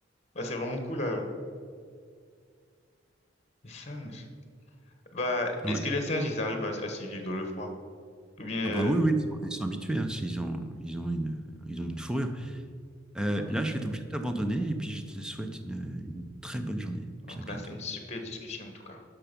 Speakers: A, on the left; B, in the centre.
A: Bah, c'est vraiment cool alors. Les singes. Bah,
B: Ouais.
A: est-ce que les singes, ils arrivent à, à survivre dans le froid? Ou bien... euh,
B: Ah bah oui, oui, ils sont, ils sont habitués. hein, s'ils ont, ils ont une, ils ont une fourrure. Euh,
A: ah,
B: là, je vais être obligé d'abandonner et puis je te souhaite une, une très bonne journée. Et puis
A: en tout
B: à bientôt.
A: cas, c'est une super discussion en tout cas.